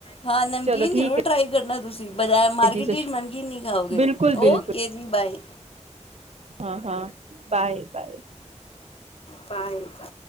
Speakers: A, on the left; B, on the right.
A: ਹਾਂ ਨਮਕੀਨ
B: ਚਲੋ ਠੀਕ
A: ਜ਼ਰੂਰ ਟਰਾਈ ਕਰਨਾ ਤੁਸੀਂ ਬਜ਼ਾਰ
B: ਹੈ
A: ਮਾਰਕੀਟ
B: ਜੀ ਸਤਿ
A: ਵਿੱਚ
B: ਸ਼੍ਰੀ
A: ਨਮਕੀਨ ਨਹੀਂ ਖਾਓਗੇ
B: ਬਿਲਕੁਲ ਬਿਲਕੁਲ
A: ਓਕੇ ਜੀ ਬਾਏ।
B: ਹਾਂ, ਹਾਂ ਬਾਏ- ਬਾਏ।
A: ਬਾਏ-ਬਾਏ